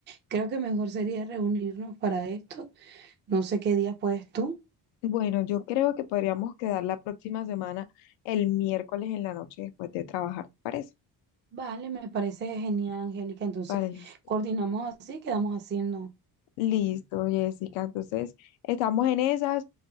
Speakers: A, on the right; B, on the left.
A: Creo que mejor sería reunirnos para esto. No sé qué día puedes tú.
B: Bueno, yo creo que podríamos quedar la próxima semana el miércoles en la noche después de trabajar, ¿te parece?
A: Vale, me parece genial, Angélica. Entonces,
B: Vale, listo.
A: coordinamos así, quedamos haciendo.
B: Listo, Jessica. Entonces, estamos en esas.